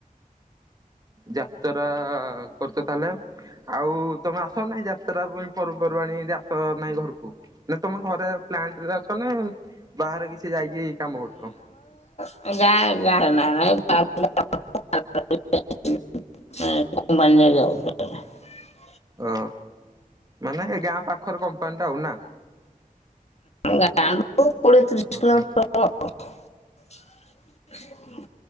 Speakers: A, on the right; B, on the left.
A: ଯାତରା କରୁଚ ତାହେଲେ, ଆଉ ତମେ ଚା ନାହିଁ ଯାତ୍ରା ପାଇଁ ପର୍ବପର୍ବାଣି ଜାସ ନାହିଁ ଘରକୁ ନା ତମେ ଘରେ ପ୍ଲାଣ୍ଟରେ ଅ ଛ ମାନେ ବାହାରେ କିଛି ଯାଇକି କାମ କରୁଛୁ।
B: ଯା <unintelligible> <unintelligible> ଯାଉ
A: ଓ, ମାନେ ଏ ଗାଁ ପାଖର କମ୍ପାନିଟା ହଉ ନା?
B: ଗାଁ ଠୁ କୋଡ଼ିଏ ତିରିଶ
A: ଓହୋ
B: କିଲୋମିଟର।